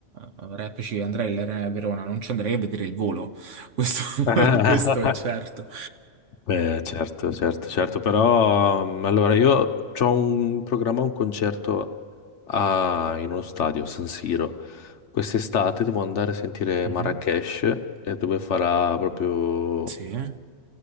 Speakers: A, on the right; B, on the left.
A: rap ci andrei all'Arena di Verona, non ci andrei a vedere il volo. Questo,
B: <laughs>
A: <laughs> questo è certo.
B: Beh, certo, certo, certo, però mm, allora io ho un programma, un concerto a- in uno stadio, San Siro. Quest'estate devo andare a sentire
A: Mhm.
B: Marrakesh e dove farà proprio
A: Sì, eh,